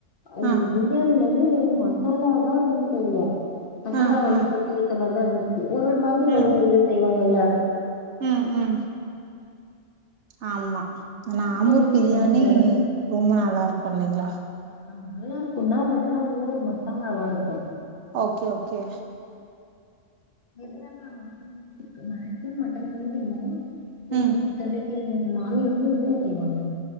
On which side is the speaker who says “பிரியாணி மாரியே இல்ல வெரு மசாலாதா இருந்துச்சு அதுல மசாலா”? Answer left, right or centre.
Left